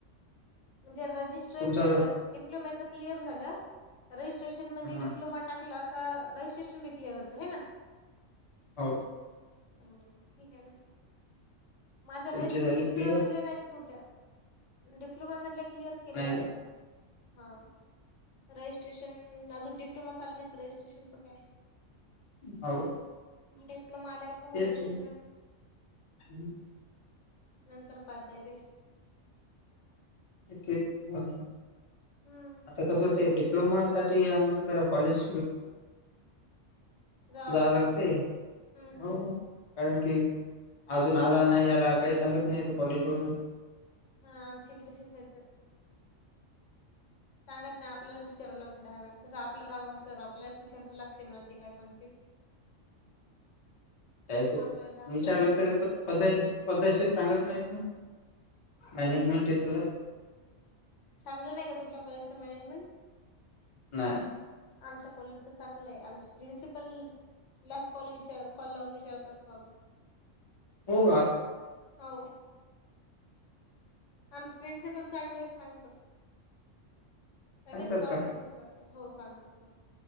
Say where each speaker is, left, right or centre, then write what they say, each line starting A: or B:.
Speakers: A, on the left; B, on the left.
A: म्हणेे
B: तुमचा
A: डिप्लोमच क्लर झाि्रेनप्ो
B: हा
A: ाकलं का रजिस्ट्रेशन बी क्िअर होतं आहे ना,
B: हो
A: ह ठीक आहे ना माझा
B: तुमची
A: र
B: झाली
A: डिप्लोमा
B: क्लिअर
A: मधलं नाही. तुट्या डिप्लोमा म्हधल्या क्लिअर केल्या.
B: नाही
A: हा रजिस्ट्रेशन अजून डिप्लोमा चालला नाहीत रजिस्ट्रेशनच काय.
B: हो.
A: म डिप्लोमा आल्या
B: तेच
A: रजिस्ट्रेशन
B: आहे
A: नंतर पद्धती.
B: हेच बला.
A: हम्म
B: आता कसं ते डिप्लोमासाठीठी आम ज कॉलेज
A: जावं
B: जाव
A: लागेल
B: लागते हो.
A: हम्म हम्म
B: कारण की अजून आला नाही आला काही सांगत नाही त कॉलेज वरून
A: हा आमचे बी तसेच आहेत. सांगत नाही आपल्यालाच विचारव लाग डहाव्या तसं आपलं काम असलं तर आपल्याला विचारयं लागते मला ते काय सांगतील.
B: त्याच
A: आपल्या तर आपल्यालाच
B: विचारलं
A: विचारायला
B: तरी प
A: लागते
B: पदक्षेप सांगत नाहीत ना. मॅनेजमेंटेत.
A: हो का चांगलं नाही का तुमच्या कॉजचं मॅनेजमेंट.
B: नाही.
A: आमच्या कॉलेज तर चांगलं आहे आमचे प्रिन्सिपल लास कॉल विचार कॉल लावून विचारत असतो आम्ही.
B: होवा.
A: हो आ प्रिन्सिपल चांगले सांगतात सगळेच
B: सांगतात
A: कॉल
B: का
A: रिसीव करतात हो सांगत. तस.